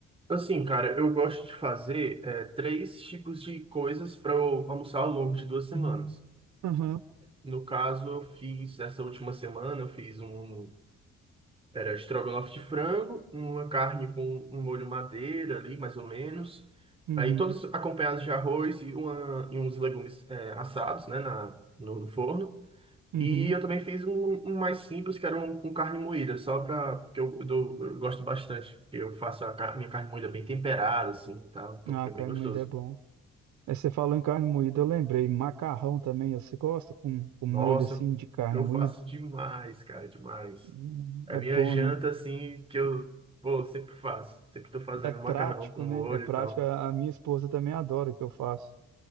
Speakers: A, on the right (about 20°); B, on the right (about 70°).
A: assim, cara, eu gosto de fazer é, três tipos de coisas para eu almoçar ao longo de duas semanas.
B: Aham,
A: No caso, eu fiz, essa última semana, eu fiz um Era estrogonofe de frango, uma carne com um molho madeira ali, mais ou menos.
B: uhum,
A: Aí todos acompanhados de arroz e, uma, e uns legumes é, assados, né, na, no, no forno.
B: uhum.
A: E eu também fiz um, um mais simples, que era um com carne moída, só para que eu, eu dou- eu gosto bastante. Eu faço a car- minha carne moída bem temperada, assim, tá? Então
B: Ah,
A: fica
B: carne
A: bem gostoso.
B: moída é bom. Aí você falou em carne moída, eu lembrei. Macarrão também, você gosta com, com molho
A: Nossa,
B: assim de carne
A: eu
B: moída?
A: faço demais, cara, demais.
B: Hum,
A: É
B: É
A: a minha
B: bom,
A: janta,
B: né?
A: assim, que eu, pô, sempre faço. Sempre tô fazendo
B: É prático,
A: macarrão com molho
B: né? É prático.
A: e tal.
B: A a minha esposa também adora que eu faço